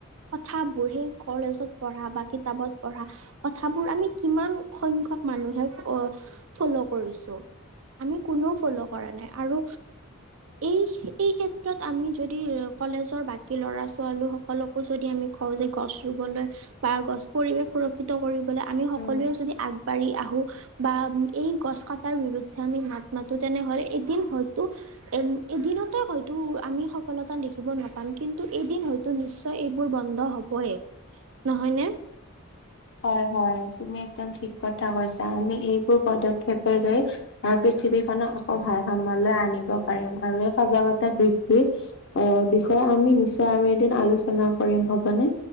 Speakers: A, on the right; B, on the left.
A: কথাবোৰ সেই কলেজত পঢ়া বা কিতাপত। পঢ়া কথাবোৰ আমি কিমান সংখ্যক মানুহে ফল' কৰিছো? আমি কোনেও ফ'ল' কৰা নাই আৰু এই এই ক্ষেত্ৰত আমি যদি কলেজৰ বাকী ল'ৰা ছোৱালী সকলকো যদি আমি কওঁ যে গছ ৰুবলৈ বা গছ পৰিবেশ সুৰক্ষিত কৰিবলৈ আমি সকলোৱে
B: উম।
A: যদি আগবাঢ়ি আহো বা এই গছ কটাৰ বিৰুদ্ধে। মাত মাতো তেনেহলে এদিন হয়তো এদিনতে হয়তো আমি সফলতা দেখিব নাপাম কিন্তু এদিন হয়তো নিশ্চয় এইবোৰ বন্ধ হবয়ে নহয়নে?
B: হয় হয় তুমি একদম ঠিক কথা কৈছা আমি এইবোৰ পদক্ষেপেৰে পৃথিৱীখনক আকৌ ভালসাম্যলৈ আনিব পাৰিম। আৰু এই সজাগতা বৃদ্ধি আহ বিষয় আমি নিশ্চয় আৰু এদিন আলোচনা কৰিম হ'বনে?